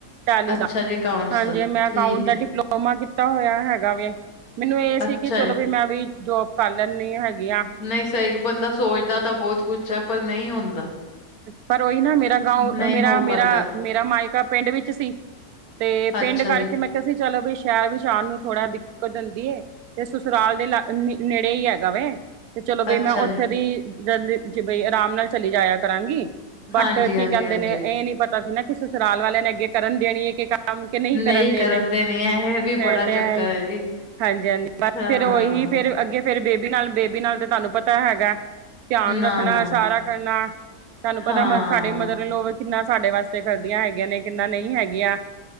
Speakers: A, on the right; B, on the left.
A: ਚਾਲੀ
B: ਅੱਛਾ
A: ਦਾ,
B: ਜੀ ਅਕਾਊਂਟਸ
A: ਹਾਂਜੀ,
B: ਦਾ
A: ਮੈਂ
B: ਠੀਕ
A: ਅਕਾਊਂਟ ਦਾ
B: ਹੈ
A: ਡਿਪਲੋਮ ਔਮਾਂ ਕੀਤਾ ਹੋਏਆ ਹੈਗਾ ਵੇ, ਮੈਨੂੰ ਏ ਸੀ
B: ਅੱਛਾ
A: ਕਿ ਚਲੋ
B: ਜੀ।
A: ਵੀ ਮੈਂ ਵੀ ਜੋਬ ਕਾਰ ਲੈਨੀ ਹੈਗੀਆਂ
B: ਨਈ ਸਈਕ ਬੰਦਾ ਸੋਚਦਾ ਤਾਂ ਬੋਤ ਕੁੱਛ ਹੈ, ਪਰ ਨਈ ਹੁੰਦਾ
A: ਪਰ ਓਈ ਨਾ, ਮੇਰਾ ਗਾਂਓ,
B: ਨਹੀਂ
A: ਮੇਰਾ,
B: ਹੋ
A: ਮੇਰਾ,
B: ਪਾਂਦਾ
A: ਮੇਰਾ ਮਾਏਕਾ ਪਿੰਡ ਵਿੱਚ ਸੀ। ਤੇ ਪਿੰਡ
B: ਅੱਛਾ
A: ਕਾਰਕੇ
B: ਜੀ
A: ਮੈਂ ਕੇਆ ਸੀ ਚਲੋ ਵੀ ਸ਼ਐਰ ਵਿੱਚ ਆਨ ਨੂੰ ਥੋੜਾ ਦਿੱਕਤ ਦੇਂਦੀ ਏ। ਤੇ ਸੁਸੁਰਾਲ ਦੇ ਲ ਨੇੜੇ ਈ ਹੈਗਾ ਵੇ। ਤੇ ਚਲੋ ਬਈ,
B: ਅੱਛਾ
A: ਮੈਂ ਓਥੇ
B: ਜੀ
A: ਦੀ ਜਲੀ ਬਈ ਅਰਾਮ ਨਾਲ ਚਲੀ ਜਾਏਆ ਕਰਾਂਗੀ। ਬਟ,
B: ਹਾਂਜੀ-ਹਾਂਜੀ-ਹਾਂਜੀ।
A: ਕੀ ਕੈਂਦੇ ਨੇ, ਏ ਨੀ ਪਤਾ ਸੀ ਨਾ ਕਿ ਸੂਸਰਾਲ ਵਾਲੈਆਂ ਨੇ ਅੱਗੇ ਕਰਨ ਦੇਣੀ ਏ ਕੇ ਕਾ ਕਾੰਮ ਕੇ ਨਹੀ
B: ਨਹੀਂ
A: ਕਰਨ ਦੇਨੇ,
B: ਦੇ ਨੀ ਹੈ ਇਹ ਵੀ
A: ਮੈਂ
B: ਬੜਾ
A: ਤੇ
B: ਚੱਕਰ
A: ਹੈ ਈ।
B: ਜੀ
A: ਹਾਂਜੀ-ਹਾਂਜੀ ਬਾੱਸ
B: ਹਾਂ
A: ਫੇਰ ਓਹੀ, ਫੇਰ ਅੱਗੇ ਫੇਰ ਬੇਬੀ ਨਾਲ, ਬੇਬੀ ਨਾਲ, ਤੇ ਤੂਆਨੂੰ ਪਤਾ ਹੈਗੈ, ਧੇਆਨ
B: ਨਾ
A: ਰੱਖਨਾ,
B: ਨਾ ਨਾ
A: ਸਾਰਾ ਕਰਨਾ ਪਤੈ
B: ਹਾਂ
A: ਮਰ ਸਾਡੇ ਮਦਰ ਇਨ ਲੌ ਵੇ, ਕਿੱਨਾ ਸਾਡੇ ਵਾਸਤੇ ਕਰਦੀਆਂ ਹੈਗੀਆਂ ਨੇ, ਕਿੰਨਾ ਨਈ ਹੈਗੀਆਂ।